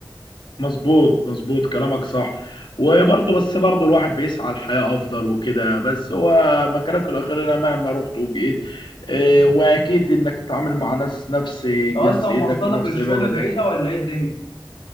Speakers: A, on the left; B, on the left.
A: مظبوط مظبوط كلامك صح وبرضه بس برضه الواحد بيسعى لحياة افضل وكده بس هو مكانك الاخير انا مهما رحت وجيت آه، واكيد انك تتعامل مع ناس نفس
B: انت
A: جنسيتك
B: اصلا مواصلاتك
A: ونفس
B: للشغل
A: بلدك
B: بعيده ولا ايه الدنيا؟